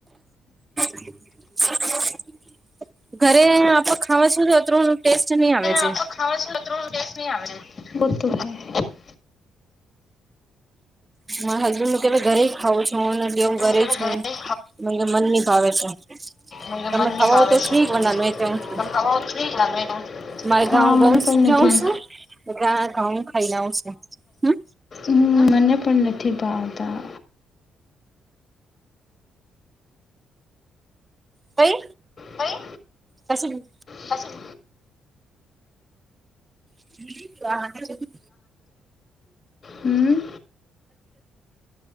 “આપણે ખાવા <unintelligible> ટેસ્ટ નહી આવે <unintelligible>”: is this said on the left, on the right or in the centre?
Left